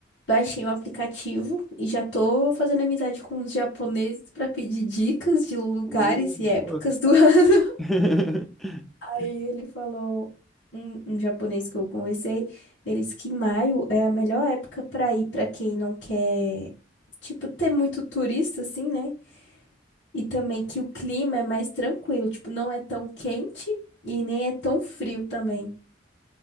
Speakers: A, on the left; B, in the centre.
A: baixei o aplicativo e já tô fazendo amizade com os japoneses pra pedir dicas de lugares
B: Oh, boa.
A: e épocas do <laughs>
B: <laughs>
A: Aí ele falou, um, um japonês que eu conversei, ele disse que maio é a melhor época para ir para quem não quer, tipo, ter muito turista, assim, né? E também que o clima é mais tranquilo, tipo, não é tão quente e nem é tão frio também.